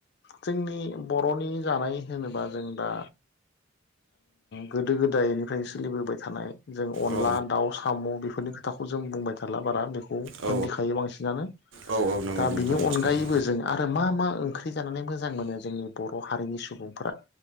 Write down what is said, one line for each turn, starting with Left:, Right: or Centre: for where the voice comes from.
Left: जोंनि बर'नि जानाय होनोबा जों दा गोदो गोदायनिफ्रायनो सोलिबोबाय थानाय जों अनला
Right: औ
Left: दाउ साम बेफोरनि खोथाखौ जों बुंबाय थाला बारा बे मोनथिखायो
Right: औ
Left: बांसिनानो
Right: औ औ नंगौ
Left: दा
Right: नोंथां
Left: बिनि
Right: मिथिखायो
Left: अनगायैबो जों आरो मा मा ओं ओंख्रि जानानै मोजां मोनो जोंनि बर' हारिनि सुबुंफ्रा